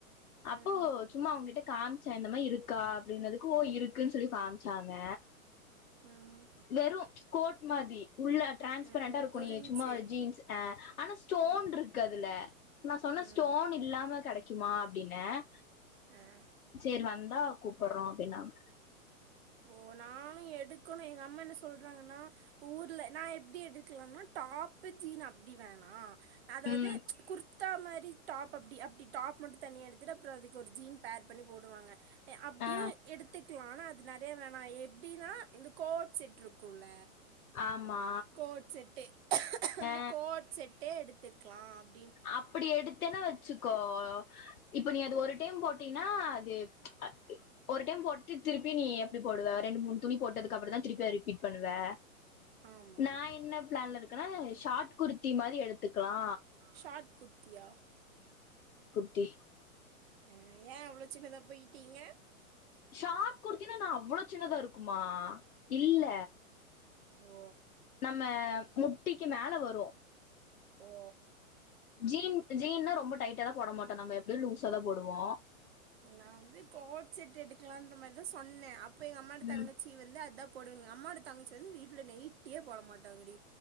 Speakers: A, on the left; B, on the right.
A: அப்போ
B: ம்
A: சும்மா அவங்கிட்ட காம்ச்ச இந்த மாரி இருக் க்கா அப்டினதுக்கு ஓ இருக்குன்ஸ் சொல்லி காம்ச்சாங்க
B: ம்
A: வெறும் ச்சு கோட் மதி உள்ள டிரான்ஸ்பரண்டா
B: ம் ம்
A: இருக்கு
B: புரிஞ்சு
A: நீ சும்மா ஜீன்ஸ் எ ஆனா ஸ்டோன்
B: ம்
A: இருக்கு அதுல நா சொன்ன
B: ம்
A: ஸ்டோன் இல்லாம கெடைக்குமா அப்டின்னு எ
B: ஆ
A: சேரி வந் ந்த கூப்பட்றோ அப்டின்னாங்க
B: ஓ நானு எடுக்கணு எங்க அம்மா என்ன சொல்றாங்கன்னா ஊர்ல நா எப்டி எடுக்கலான்னா டாப்பு ஜீன் அப்டி வேணா அதாவது
A: ம்
B: ச்சு குர் த்தா மாரி டாப் அப்டி அப்டி டாப் மட்டு தனியா எடுத்துட்டு அப்பறோ அதுக் ஒரு ஜீன் பேர் பண்ணி போடுவாங்க எ அப்டியு
A: ஆ
B: எடுத்து க்லா ஆனா அது நற் தே வேணா எப்டினா இந்த கோட் செட்ருக்கூல்ல
A: ஆமா
B: கோட் செட்டு அந்த
A: ஆ
B: கோட் செட்டே எடுத்துட் க்லா அப்
A: அப்டி எடுத்தேனா வச்சுக்கோ இப்ப நீ அது ஒரு டைம் போட்டீனா து அ இ ஒரு டைம் போட்டு திருப்பி நீ எப்டி போடுவ ரெண்டு மூணு துணி போட்டதுக்கப்றோந்தா திருப்பி அத ரிப்பீட் பண்ணுவ
B: ஆமாம்
A: நா என்ன ப்ளான்லருக் கா ஷாட் குர்த்தி மாரி எடுத்துக்லா
B: ஷா ஆட் குர்த்தியா
A: தி
B: அ ஏ அவ்ளோ சின்னதாப் போய்ட்டீங்க
A: ஷாட் குர்த்தினா எனா அவ்ளோ சின்னதா இருக்குமா இல்ல
B: ஓ
A: நம்ம முட்டிக்கு மேல வரூ
B: ஓ
A: ஜீன் ஜீன்ன்னா ரொம்ப டைட்டாலா போட மாட்டோ நம்ம எப்டியூ லூஸா தா போடுவோ
B: நான் வந்து கோட் செட் எடுக்கலான்ற மாரிதா சொன்னே அப் ப எங்க அம்மாட
A: ம்
B: தங்கச்சி வந்து அதாப் போடுய்ங்க அம்மா ஓட தங்கச்சி வந்து வீட்ல நைட்டியே போட மாட்டாங்கடி